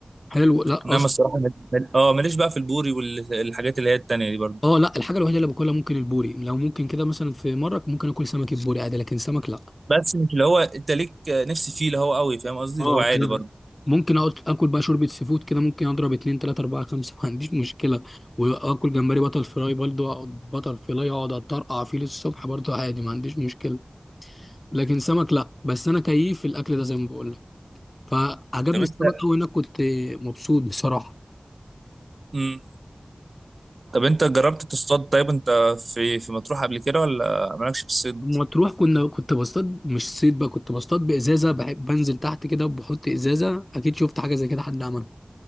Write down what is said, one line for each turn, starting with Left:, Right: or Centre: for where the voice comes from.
Left: حلو لا
Right: انما
Left: اصلا
Right: الصراحه مل- مل- اه ماليش بقى في البوري والحاجات اللي هي التانية دي برضه
Left: اه لا الحاجه الوحيده اللي باكلها ممكن البوري لو ممكن كده مثلا في مره ممكن اكل سمك البوري عادي لكن سمك لا
Right: بس مش اللي هو انت ليك آه، نفسي فيه اللي هو قوي فاهم قصدي
Left: اه
Right: اللي هو عادي
Left: لا
Right: برضه
Left: لا. ممكن اقعد اكل بقى شوربه سي فود كده ممكن اضرب اتنين تلاته اربعه خمسه <laughs> ما عنديش مشكله واكل جمبري بطل فراي برضه اقعد بطل فراي اقعد اترقع فيه للصبح برضه عادي ما عنديش مشكله لكن سمك لا بس انا كيف في الاكل ده زي ما بقول لك فعجبني
Right: طب
Left: السمك
Right: انت
Left: قوي هناك كنت مبسوط بصراحه
Right: مم. طب انت جربت تصطاد طيب انت في في مطروح قبل كده ولا مالكش في الصيد
Left: لما تروح كنا كنت بصطاد مش صيد بقى كنت بصطاد بازازه بحب بنزل تحت كده وبحط ازازه اكيد شفت حاجه زي كده حد عملها